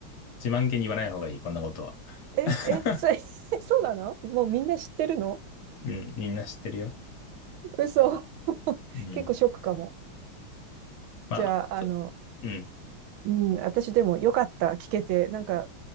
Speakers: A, on the left (about 60°); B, on the right (about 80°).
A: 自慢げに言わない方がいい、こんなことは。
B: え、
A: <laughs>
B: え、それ <laughs> そうなのもうみんな知ってるの
A: うん、みんな知ってるよ。
B: 嘘。<laughs>
A: うん。
B: 結構ショックかも。
A: まあ、
B: じゃあ、
A: ちょ、
B: あの、
A: うん、
B: うん、私でもよかった。聞けて、なんか